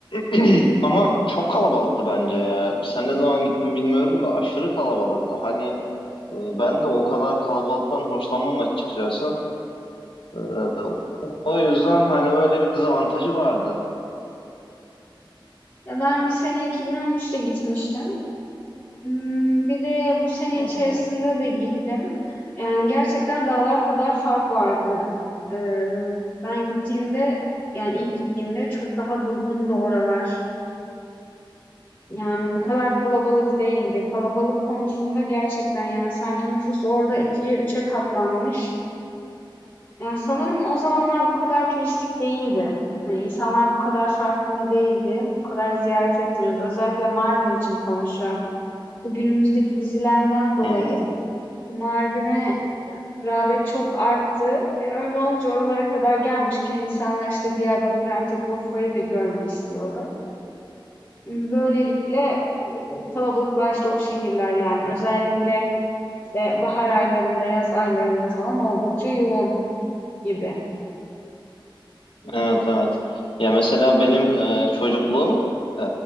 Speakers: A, on the left; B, on the left.
A: <clears throat> ama çok kalabalıktı bence ya. Sen ne zaman gittin bilmiyorum da aşırı kalabalıktı. Hani Ee, Ben de o kadar kalabalıktan hoşlanmam açıkçası. Ee, O yüzden hani öyle bir dezavantajı vardı.
B: Ya ben bir sene 2013'te gitmiştim. Imm, bir de bu sene
A: Hı
B: içerisinde
A: hı,
B: de gittim. Yani gerçekten dağlar kadar fark vardı. Eee, ben gittiğimde yani ilk gittiğimde çok daha durgundu oralar. Yani bu kadar kalabalık değildi. Kalabalık konusunda gerçekten yani sanki nüfus orada ikiye üçe katlanmış. Yani sanırım o zamanlar bu kadar turistik değildi. Hani insanlar bu kadar farkında değildi. Bu kadar ziyaret etmiyordu. Özellikle Mardin için konuşuyorum. Bu günümüzdeki dizilerden dolayı
A: hı hı.
B: Mardin'e e, rağbet çok arttı. E, öyle olunca oralara kadar gelmişken insanlar işte Diyarbakır, Antep, Urfa'yı da görmek istiyorlar. Böylelikle e, kalabalıklaştı o şehirler yani. Özellikle işte bahar aylarında, yaz aylarında falan oldukça yoğun gibi.
A: Evet evet. Ya mesela benim e, çocukluğum e,